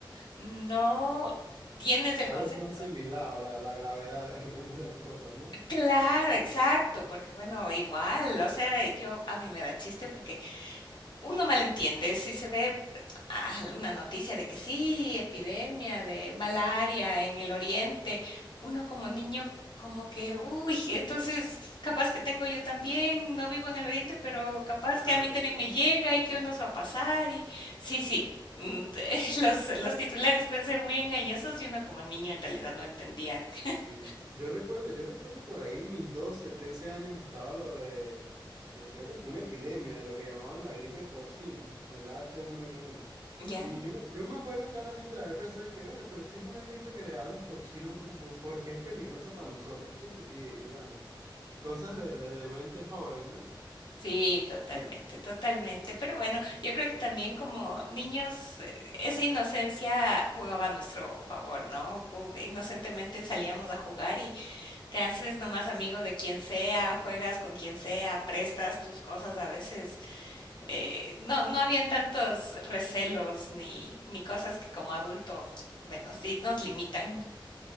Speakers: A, on the left; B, on the right.
A: no tienes el
B: Tal
A: concepto.
B: vez no asimilaba la, la gravedad de algunas de las cosas, ¿no?
A: Claro, exacto, porque bueno, igual, o sea, yo a mí me da chiste porque Uno malentiende, si se ve alguna noticia de que sí, epidemia de malaria en el oriente, uno como niño como que, uy, entonces capaz que tengo yo también, no vivo en el oriente, pero capaz
B: Claro,
A: que a mí también
B: claro.
A: me llega y qué nos va a pasar y sí, sí, mm, <laughs> los, los titulares pueden ser muy engañosos y uno como niño en realidad no entendía. <laughs>
B: Y yo recuerdo, yo recuerdo por ahí en mis 12 13 años estaba lo de, eh, creo que fue una epidemia de lo que llamaban la gripe porcina, el H1N1.
A: ¿Ya?
B: Y yo, yo me acuerdo claramente de haber pensado que, venga, pero si es una gripe que le da a los cochinos, como por- porque es peligrosa para nosotros, chicos? Y, bueno, cosas de, de, de mente joven, ¿no?
A: Sí, totalmente, totalmente. Pero bueno, yo creo que también como niños, eh, esa inocencia jugaba a nuestro favor, ¿no? Ju- Inocentemente salíamos a jugar y te haces nomás amigo de quien sea, juegas con quien sea, prestas tus cosas a veces. eh, no, no habían tantos recelos ni, ni cosas que como adulto, bueno, sí, nos
B: De-
A: limitan.